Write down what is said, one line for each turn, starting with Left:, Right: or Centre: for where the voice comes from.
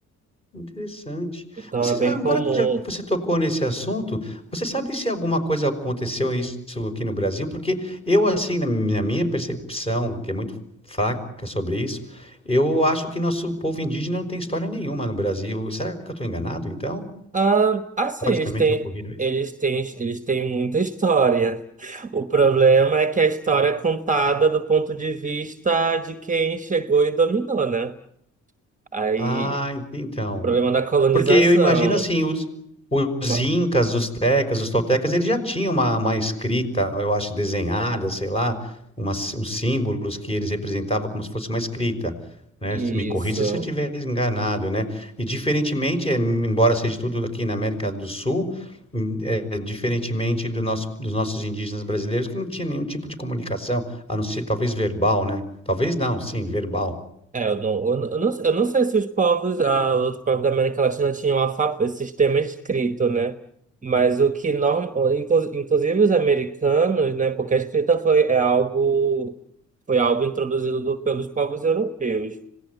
Left: Interessante.
Right: Então
Left: Você,
Right: é bem
Left: ah, agora
Right: comum.
Left: que já você tocou nesse assunto, você sabe se alguma coisa aconteceu isso aqui no Brasil? Porque eu, assim, na minha minha percepção, que é muito fraca sobre isso, eu acho que nosso povo indígena não tem história nenhuma no Brasil. Será que eu estou enganado, então?
Right: Ah, assim,
Left: Pode
Right: eles
Left: também
Right: têm,
Left: ter ocorrido isso?
Right: eles têm, eles têm muita história. O problema é que a história é contada do ponto de vista de quem chegou e dominou, né? Aí,
Left: Ah, ent- então.
Right: problema da colonização.
Left: Porque eu imagino assim, os, os
Right: Ma-
Left: incas, os tecas, os toltecas, eles já tinham uma, uma escrita, eu acho, desenhada, sei lá, umas, uns símbolos que eles representavam como se fosse uma escrita, né?
Right: Isso.
Left: Me corrija se eu estiver enganado, né? E diferentemente, eh, embora seja tudo aqui na América do Sul, em- eh, diferentemente do nosso, dos nossos indígenas brasileiros, que não tinha nenhum tipo de comunicação, a não ser talvez verbal, né? Talvez não, sim, verbal.
Right: É, eu não, eu não, eu não sei eu não sei se os povos, ah, os outros povos da América Latina tinham alfabeto, sistema escrito, né? Mas o que, norm, inclu- inclusive os americanos, né? Porque a escrita foi, é algo, foi algo introduzido do- pelos povos europeus.